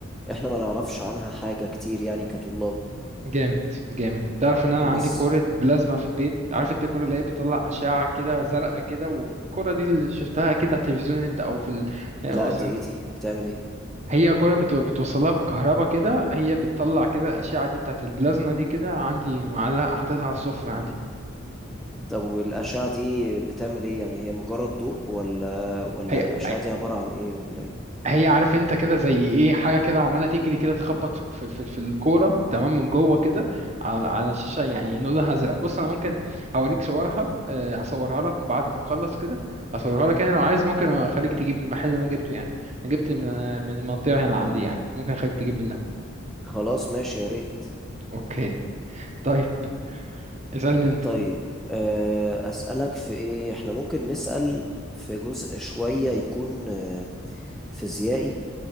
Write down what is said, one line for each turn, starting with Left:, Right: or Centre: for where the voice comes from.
Centre: احنا ما نعرفش عنها حاجة كتير يعني كطلاب
Right: جامد جامد تعرف إن أنا
Centre: بس
Right: عندي كورة بلازما في البيت عارف أنت الكورة اللي هي بتطلع أشعة كده زرقاء كده والكورة دي اللي شفتها أكيد على التلفزيون أنت أو في ال... هي
Centre: لا
Right: وصل-
Centre: دي ايه دي بتعمل ايه
Right: هي كورة بت... بتوصلها بالكهرباء كده هي بتطلع كده الأشعة دي بتاعت البلازما دي كده عندي معلقة حاططها على السفرة عندي
Centre: طب والأشعة دي بتعمل ايه يعني هي مجرد ضوء ولا ولا
Right: هي
Centre: الأشعة دي عبارة عن ايه ولا ايه
Right: هي عارف انت كده زي ايه حاجه كده عماله تجري كده تخبط في في في الكوره تمام من جوه كده على على الشاشه يعني لونها ازرق بص انا ممكن اوريك صورها اه، هصورها لك بعد ما نخلص كده هصورها لك يعني لو عايز ممكن اخليك تجيب من المحل اللي انا جبته يعني انا جبت من من المنطقه هنا عندي يعني ممكن اخليك تجيب منها
Centre: خلاص ماشي يا ريت
Right: اوكي طيب اسالني انت
Centre: طيب آه، أسألك في ايه احنا ممكن نسأل في جزء شوية يكون آه، فيزيائي